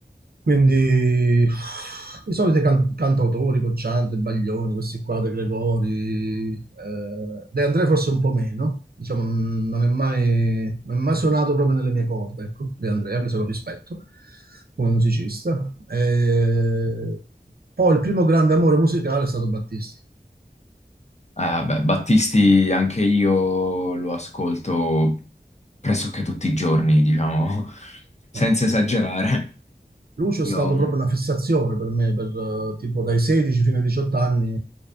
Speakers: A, on the right; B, on the left.
A: quindi uff, i soliti can- cantautori, Cocciante, Baglioni, questi qua, De Gregori, eh, De André forse un po' meno, diciamo, non non è mai, non è mai suonato proprio nelle mie corde, ecco, De André, anche se lo rispetto come musicista. Eh, poi il primo grande amore musicale è stato Battisti.
B: vabbè, Battisti anche io lo ascolto pressoché tutti i giorni, diciamo, <laughs> senza
A: Eh.
B: esagerare.
A: Lucio
B: Io,
A: è stato proprio una fissazione per me, per, eh, tipo dai 16 fino ai 18 anni.